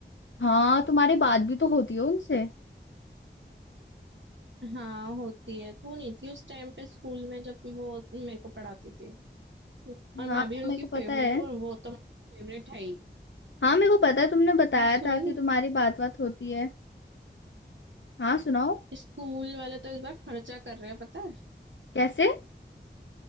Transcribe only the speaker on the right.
हाँ होती है तू नहीं थी उस टाइम पे स्कूल में जब वो मेरे को पढ़ाती थी और
मैं भी
उनकी
फेवरेट
हूँ और वो तो मेरी फेवरेट है ही
हाँ सुन
स्कूल वाले तो इस बार खर्चा कर रहे हैं पता है